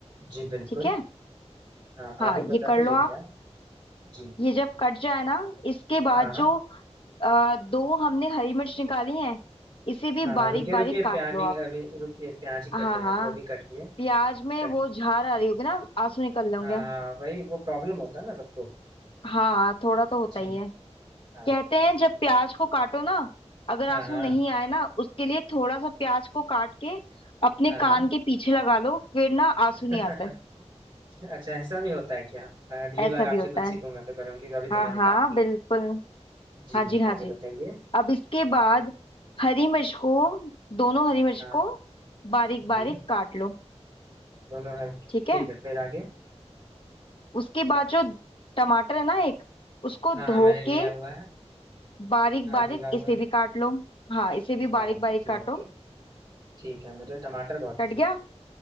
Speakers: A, on the right; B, on the left.
A: जी बिल्कुल
B: ठीक है
A: हाँ
B: हाँ
A: आगे बताते
B: ये कर
A: जाइए
B: लो आप
A: आप जी
B: ये जब कट जाए ना इसके बाद
A: हाँ हाँ
B: जो अ, दो हमने हरी मिर्च निकाली है इसे भी
A: हाँ हाँ,
B: बारीक
A: रुकिए
B: बारीक
A: रुकिए
B: काट
A: प्याज
B: लो
A: ही
B: आप
A: अभी रुकिए प्याज ही
B: हाँ
A: कट रहे
B: हाँ
A: हैं अभी अभी कट लिए
B: प्याज में
A: कट
B: वो झार आ रही होगी ना आंसू निकल लेंगे
A: हाँ हाँ, वही वो प्रॉब्लम होता है ना सबको
B: हाँ थोड़ा तो होता
A: जी
B: ही है
A: हाँ
B: कहते हैं जब प्याज को काटो ना अगर
A: हाँ
B: आंसू
A: हाँ
B: नहीं आए ना उसके लिए थोड़ा सा प्याज को काट के अपने
A: हाँ
B: कान के पीछे लगा लो फिर ना आंसू
A: <laughs>
B: नहीं आता है
A: अच्छा ऐसा भी होता है क्या हाँ, अगली
B: ऐसा
A: बार आपसे
B: भी होता
A: कुछ
B: है
A: सीखूंगा तो करूंगी तो अभी तो
B: हाँ
A: मैंने
B: हाँ
A: काट ली
B: बिल्कुल
A: जी
B: हाँ जी हाँ
A: आगे
B: जी
A: बताइए
B: अब इसके बाद हरी मिर्च को दोनों हरी मिर्च
A: हाँ
B: को बारीक बारीक
A: जी
B: काट लो
A: दोनों हर ठीक
B: ठीक है
A: है फिर आगे
B: उसके बाद जो टमाटर है ना एक उसको
A: हाँ हाँ
B: धो
A: मैंने लिया
B: के
A: हुआ है
B: बारीक
A: हाँ
B: बारीक
A: धुला हुआ
B: इसे
A: है
B: भी काट लो हाँ इसे भी
A: Okay
B: बारीक बारीक काटो
A: okay ठीक है मुझे टमाटर बहुत
B: कट
A: पसंद
B: गया
A: है